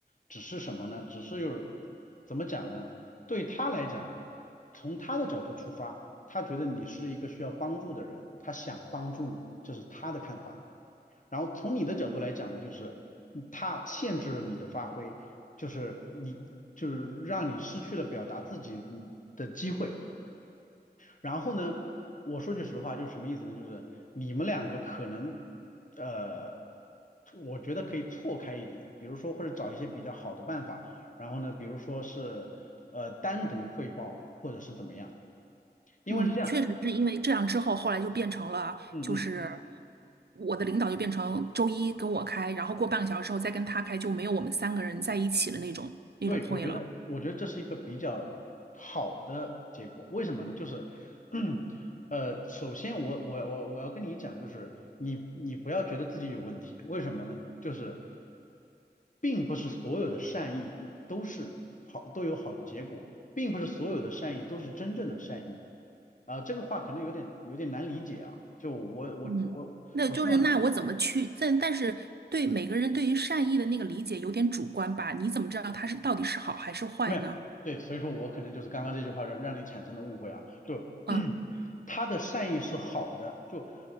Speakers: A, on the left; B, on the right.
A: 只是什么呢？只是有，怎么讲呢？对他来讲，从他的角度出发，他觉得你是一个需要帮助的人，他想帮助你，这是他的看法。然后从你的角度来讲呢，就是嗯他限制了你的发挥，就是你就是让你失去了表达自己的机会。然后呢，我说句实话，就是什么意思呢？就是你们两个可能，呃，我觉得可以错开一点，比如说或者找一些比较好的办法，然后呢，比如说是呃单独汇报或者是怎么样，因为是这样，
B: 嗯，确实是因为这样之后，后来就变成了，
A: 嗯嗯。
B: 就是我的领导就变成周一跟我开，然后过半个小时之后再跟他开，就没有我们三个人在一起的那种那种会了。
A: 对，我觉得，我觉得这是一个比较好的结果。为什么呢？就是，<clears throat> 呃，首先我我我我要跟你讲，就是你你不要觉得自己有问题。为什么呢？就是并不是所有的善意都是好，都有好的结果，并不是所有的善意都是真正的善意。啊、这个话可能有点有点难理解啊。就我我我我希望
B: 嗯，那就是那我怎么去？但但是对每个人对于善意的那个理解有点主观吧？你怎么知道他是到底是好还是坏呢？
A: 没有，对，所以说我可能就是刚刚这句话让让你产生了误会啊，就
B: 啊
A: <clears throat> 他的善意是好的，就